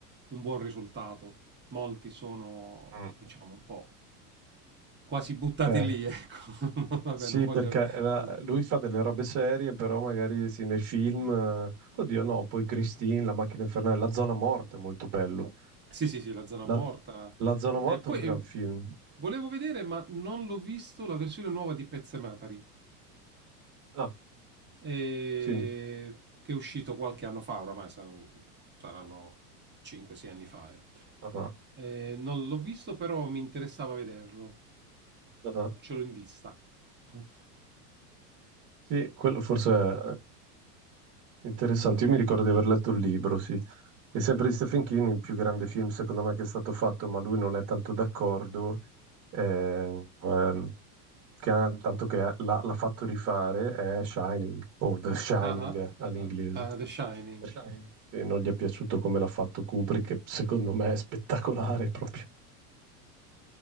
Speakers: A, on the right; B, on the right.
A: un buon risultato. Molti sono,
B: Mm.
A: diciamo, un po' quasi buttati
B: Eh,
A: lì, ecco. <laughs> Vabbè,
B: sì,
A: non voglio...
B: perché era-
A: eh,
B: lui fa delle robe serie, però magari sì, nei film, eh, oddio no, poi Christine, La macchina infernale, La zona morta è molto bello.
A: Sì, sì, sì, La zona morta.
B: La, La zona morta
A: E poi
B: è un gran
A: eh,
B: film.
A: volevo vedere, ma non l'ho visto, la versione nuova di Pezzematari.
B: Ah,
A: e
B: sì, mi-
A: che è uscito qualche anno fa, oramai saranno, saranno 5-6 anni fa. eh.
B: ah, ah,
A: Eh, non l'ho visto, però mi interessava vederlo.
B: ah.
A: Ce l'ho in vista. <laughs>
B: Sì, quello forse è Interessante, io mi ricordo di aver letto il libro, sì. È sempre di Stephen King, il più grande film secondo me che è stato fatto, ma lui non è tanto d'accordo, eh, ehm, che ha- tanto che l'ha l'ha fatto rifare, è Shining, o The Shining
A: Ah, ah,
B: eh, all'inglese,
A: ah, The Shining.
B: perché eh, non gli è piaciuto come l'ha fatto Kubrick, che secondo me è spettacolare proprio.